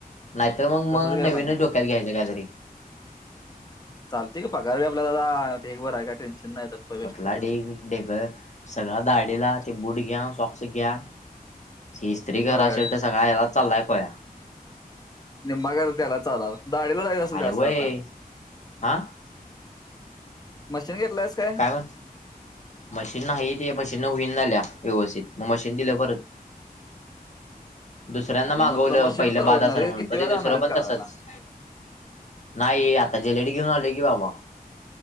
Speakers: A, on the left; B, on the left.
A: नाहीतर मग मग
B: तसंच घ्यायला
A: नवीनच
B: लागणार
A: डोक्यात घ्यायचं काहीतरी
B: चालतेय का पगारवे आपला दादा ढेगभर आहे काय टेन्शन नाही पैशाचं
A: कुठला
B: तेन
A: डी ढेकळ सगळा दाडीला ते बूट घ्या सॉक्स घ्या इस्त्री करा
B: होय
A: शर्ट सगळा याला चाललाय कोया
B: निम्मा खर्च त्यालाच आला दाडीला जायच असेल
A: अरे
B: जास्त
A: वय
B: आता
A: हा
B: मशीन घेतलायस काय?
A: कायण मशीन नाही ते मशीन न होईन झाल्या व्यवस्थित मग मशीन दिलं परत दुसऱ्यांना
B: अरे
A: मागवलं
B: मग तुला मशीनच
A: पहिलं
B: परवडणार
A: बाद असल
B: आहे
A: म्हणून
B: किती वेळा
A: ते दुसरं
B: जाणार आहेस
A: पण
B: करायला
A: तसंच नाही आता जलेडी घेऊन आले की बाबा